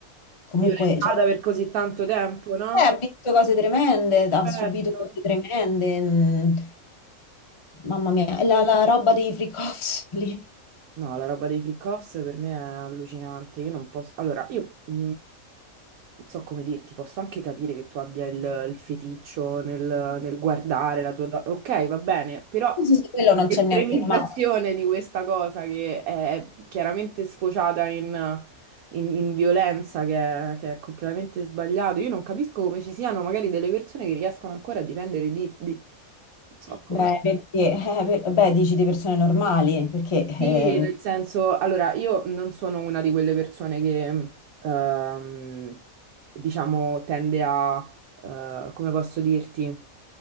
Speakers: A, on the left; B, on the right.
A: comunque,
B: violentata
A: cioè,
B: per così tanto tempo, no?
A: eh, ha visto cose tremende, ha
B: Certo.
A: subito cose tremende. mm. Mamma mia, la, la roba dei freak offs lì.
B: No, la roba dei freak-offs per me è allucinante. Io non posso. Allora, io mh, non so come dirti, posso anche capire che tu abbia il, il feticcio nel, nel guardare la tua. do- Ok, va bene, però
A: Sì, sì, sì, quello non
B: l'estremizzazione
A: c'è niente di male.
B: di questa cosa che è chiaramente sfociata in. in- in violenza che è, che è completamente sbagliato. Io non capisco come ci siano magari delle persone che riescono ancora a difendere di, di- non so come.
A: Beh, perché, eh, per- beh, dici di persone normali, perché eh,
B: Sì, nel senso, allora io non sono una di quelle persone che, mm, ehm, diciamo, tende a, eh, come posso dirti,